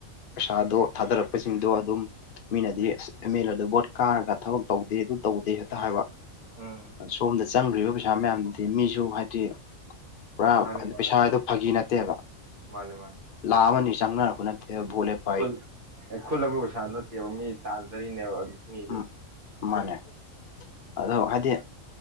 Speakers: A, on the left; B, on the right.
A: ꯄꯩꯁꯥꯗꯣ ꯊꯥꯗꯔꯛꯄꯁꯤꯡꯗꯣ ꯑꯗꯨꯝ ꯃꯤꯅꯗꯤ ꯑꯦꯝ ꯃꯦ ꯂꯦꯗꯣ ꯚꯣꯠ ꯀꯥꯔꯒ ꯊꯕꯛ ꯇꯧꯗꯦ ꯑꯗꯨ ꯇꯧꯗꯦ ꯍꯦꯛꯇ ꯍꯥꯢꯕ
B: ꯎꯝ
A: ꯁꯣꯝꯗ ꯆꯪꯒꯔ꯭ꯤꯕ ꯄꯩꯁꯥ ꯃꯌꯥꯝꯗꯨꯗꯤ ꯃꯤꯁꯨ ꯍꯥꯢꯗꯤ ꯄꯨꯔꯥ
B: ꯃꯥꯅꯦ ꯃꯥꯅꯦ
A: ꯄꯩꯁꯥ ꯍꯥꯢꯗꯣ ꯐꯥꯒꯤ ꯅꯠꯇꯦꯕ
B: ꯃꯥꯅꯦ ꯃꯥꯅꯦ
A: ꯂꯥꯛ ꯑꯃꯅꯤ ꯆꯪꯅꯔꯛꯄ ꯅꯠꯇꯦ ꯚꯣꯠ ꯂꯦꯄ
B: ꯈꯨꯜ ꯑꯦ ꯈꯨꯜꯂꯕ ꯄꯩꯁꯥꯗꯨ ꯅꯠꯇꯦꯕ ꯃꯤ ꯇꯥꯜꯖꯔꯤꯅꯦꯕ ꯃꯤꯁꯨ
A: ꯎꯝ ꯃꯥꯅꯦ ꯑꯗꯣ ꯍꯥꯢꯗꯤ